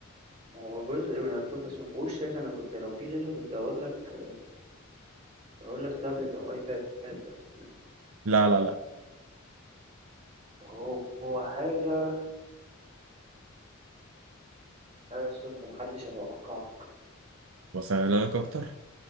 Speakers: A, on the right (about 35°); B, on the right (about 75°).
A: هو جزء من اللابتوب بس ما فيهوش شاشه انا كنت لو في شاشه كنت هقول لك تقول لك تابلت او ايباد بس
B: لا لا لا
A: هو هو حاجه لا اصلا انت محدش يتوقعها
B: وسهلها لك اكتر